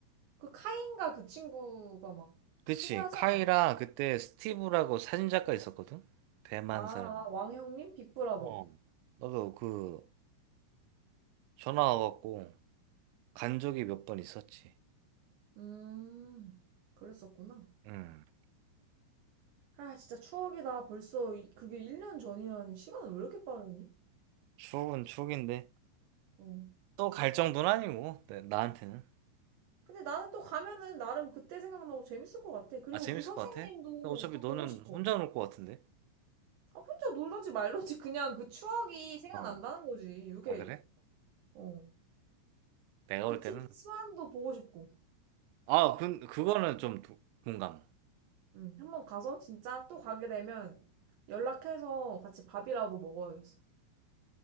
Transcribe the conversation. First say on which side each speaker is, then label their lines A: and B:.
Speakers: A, on the right; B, on the right.
A: 그 카인가 그 친구가 막
B: 그치.
A: 초대하지
B: 카이랑
A: 않았나?
B: 그때 스티브라고 사진작가 있었거든? 대만
A: 아,
B: 사람.
A: 아, 왕형님? 빅브라더.
B: 어. 나도 그 전화 와갖고 간 적이 몇 번 있었지.
A: 음, 그랬었구나.
B: 음.
A: 아, 진짜 추억이다. 벌써 이- 그게 1년 전이라니. 시간은 왜 이렇게 빠르니?
B: 추억은 추억인데.
A: 어.
B: 또 갈 정도는 아니고, 나- 나한테는.
A: 근데 나는 또 가면은 나름 그때 생각나고 재밌을 것 같아. 그리고
B: 아, 재밌을
A: 그 선생님도
B: 것 같아? 근데 어차피
A: 또
B: 너는
A: 보고 싶어.
B: 혼자 놀 것 같은데?
A: 아, 혼자 놀러지 말러지. <laughs> 그냥 그 추억이 생각난다는
B: 어.
A: 거지. 이게,
B: 아, 그래?
A: 어.
B: 내가
A: 그
B: 올 때는
A: 티, 수환도 보고 싶고.
B: 아, 그, 그거는 좀 도- 공감.
A: 응 한번 가서 진짜 또 가게 되면 연락해서 같이 밥이라도 먹어야겠어.